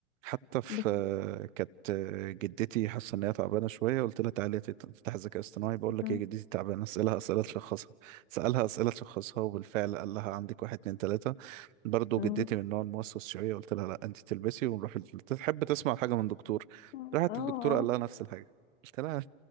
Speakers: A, on the right; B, on the left.
A: حتى في
B: بس
A: آه، كانت آه، جدتي حاسه ان هي تعبانه شويه قلت لها تعالي تت- تفتح ذكاء اصطناعي بقول لك
B: مم.
A: ايه جدتي تعبانه اسالها اسئله تشخصها سالها اسئله تشخصها وبالفعل قال لها عندك واحد اتنين تلاته برضه
B: مم.
A: جدتي من النوع الموسوس شويه قلت لها لا انت تلبسي ونروح ال- تحب تسمع حاجه من دكتور
B: اه
A: راحت
B: اه
A: للدكتور قال لها نفس الحاجه قلت لها